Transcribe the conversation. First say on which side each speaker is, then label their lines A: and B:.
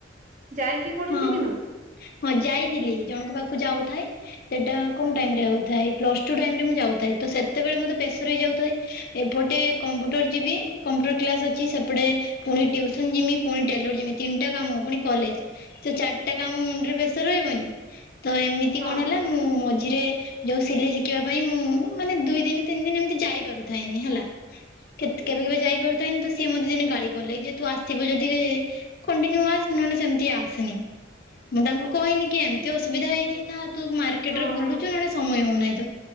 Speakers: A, on the right; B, on the left.
A: ଯାଇକି କୋଉଠି
B: ହଁ।
A: ଶିଖିନ?
B: ହଁ ଯାଇଥିଲି ଜଣଙ୍କ ପାଖକୁ ଯାଉଥାଏ ସେଇଟା କୋଉ ଟାଇମ ରେ ହଉଥାଏ ପ୍ଲସ ଟୁ ଟାଇମ ରେ ମୁଁ ଯାଉଥାଏ, ତ ସେତେବେଳେ ମତେ ପ୍ରେଶର ହେଇ ଯାଉଥାଏ। ଏପଟେ କମ୍ପୁଟର ଯିବି କମ୍ପୁଟର କ୍ଲାସ୍ ଅଛି ସେପଟେ ପୁଣି ଟ୍ୟୁସନ ଯିମି ପୁଣି ଟେଲର ଜିମି ତିନିଟା କାମ ପୁଣି କଲେଜ। ତ ଚାରିଟା କାମ ମୁଣ୍ଡରେ ପ୍ରେସର ରହିବନି ତ ଏମିତି
A: ହଁ
B: କଣ ହେଲା ମୁଁ ମଝିରେ ଯୋଉ ସିଲେଇ ଶିଖିବା ପାଇଁ ମୁଁ ମାନେ ଦୁଇ ଦିନ ତିନି ଦିନ ଏମିତି ଯାଇପାରୁଥାଏନି ହେଲା କେ କେବେ କେବେ ଯାଇପାରୁଥାନି ତ ସିଏ ମୋତେ ଦିନ ଗାଳି କଲେ ଯେ ତୁ ଆସିବ ଯଦି କଣ୍ଟିନ୍ୟୁ ଆସ ନହଲେ ସେମତି ଆସନି ମୁଁ ତାଙ୍କୁ କହିନି କି ଏମିତି ଅସୁବିଧା ହେଇଚି ନା ତୁ ମାର୍କେଟରେ
A: ହଁ
B: ବୁଲୁଚୁ
A: ହଁ
B: ନହେ ସମୟ ହଉନାହିଁ ତ